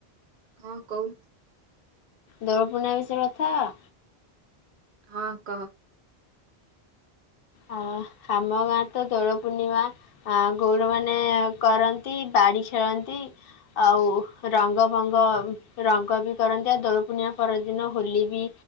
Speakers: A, on the right; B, on the left.
A: ହଁ କହୁ
B: ଦୋଳ ପୂର୍ଣ୍ଣିମା ବିଷୟରେ କଥା ହବା?
A: ହଁ କହ।
B: ଅ ଆମ ଗାଁ ରେ ତ ଦୋଳ ପୂର୍ଣ୍ଣିମା ଆ ଗୌଡ଼ ମାନେ କରନ୍ତି, ବାଡି ଖେଳନ୍ତି ଆଉ ରଙ୍ଗ, ଫଙ୍ଗ ରଙ୍ଗ ବି କରନ୍ତି ଆଉ ଦୋଳପୂର୍ଣ୍ଣିମା ପରଦିନ ହୋଲି ବି